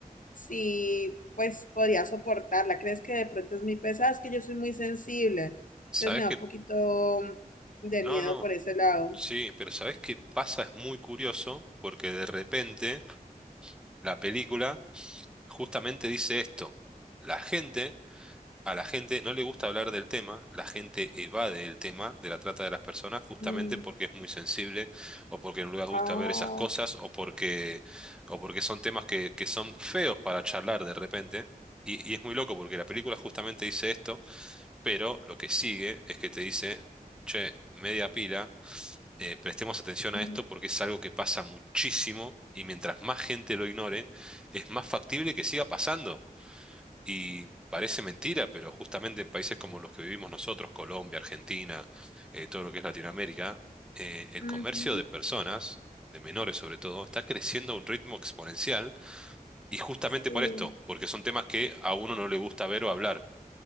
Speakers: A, on the left; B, in the centre.
A: si pues podría soportarla. ¿Crees que de pronto es muy pesada? Es que yo soy muy sensible,
B: ¿sabes
A: entonces me
B: qué?
A: da un poquito de
B: No,
A: miedo
B: no,
A: por ese lado.
B: sí, pero ¿sabes qué pasa? Es muy curioso, porque de repente la película justamente dice esto. La gente a la gente no le gusta hablar del tema, la gente evade el tema de la trata de las personas justamente
A: Mm,
B: porque es muy sensible o porque no les gusta
A: Ah,
B: ver esas cosas o porque, o porque son temas que, que son feos para charlar de repente. Y, y es muy loco porque la película justamente dice esto, pero lo que sigue es que te dice, che, media pila, eh, prestemos atención
A: ujú,
B: a esto porque es algo que pasa muchísimo y mientras más gente lo ignore, es más factible que siga pasando. Y parece mentira, pero justamente en países como los que vivimos nosotros, Colombia, Argentina, eh, todo lo que es Latinoamérica, eh, el
A: ujú,
B: comercio de personas, de menores sobre todo, está creciendo a un ritmo exponencial y justamente
A: sí.
B: por esto, porque son temas que a uno no le gusta ver o hablar.